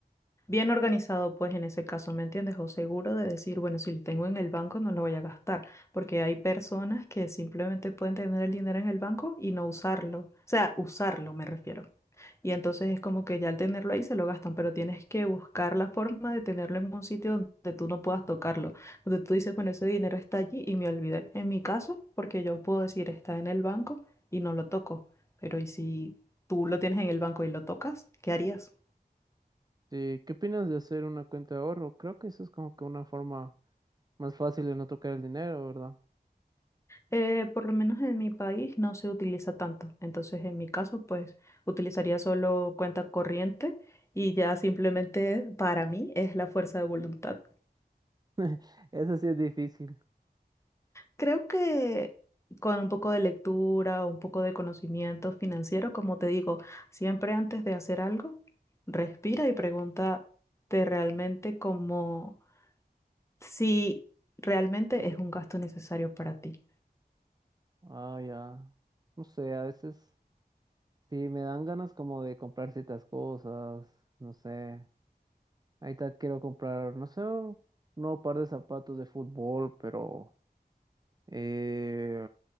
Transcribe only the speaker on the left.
Bien organizado, pues en ese caso, ¿me entiendes? O seguro de decir, bueno, si lo tengo en el banco no lo voy a gastar, porque hay personas que simplemente pueden tener el dinero en el banco y no usarlo, o sea, usarlo me refiero. Y entonces es como que ya al tenerlo ahí se lo gastan, pero tienes que buscar la forma de tenerlo en un sitio donde tú no puedas tocarlo, donde tú dices, bueno, ese dinero está allí y me olvidé. En mi caso, porque yo puedo decir, está en el banco y no lo toco, pero ¿y si tú lo tienes en el banco y lo tocas? ¿Qué harías?
Eh, por lo menos en mi país no se utiliza tanto. Entonces, en mi caso, pues utilizaría solo cuenta corriente y ya simplemente para mí es la fuerza de voluntad.
Creo que con un poco de lectura, un poco de conocimiento financiero, como te digo, siempre antes de hacer algo, respira y pregúntate realmente como si realmente es un gasto necesario para ti.